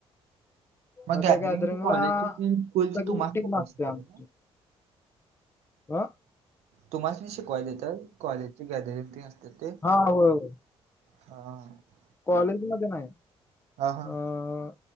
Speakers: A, on the left (about 25°); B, on the right (about 85°).
A: म
B: गॅदरिंग
A: त्या गॅदरिंगला
B: ते कॉलेजचे ते स्कूलचे
A: सगळी
B: तुम्हाच
A: टीम
B: देतात
A: असत्या
B: शिकवायला?
A: आमची. ओ.
B: तुम्हाचनी शिकवाय देत्यात? कॉलेजचे गॅदरिंग ते असते ते.
A: हा होय होय.
B: हा, हा.
A: कॉलेज मध्ये नाही
B: हां.
A: अ.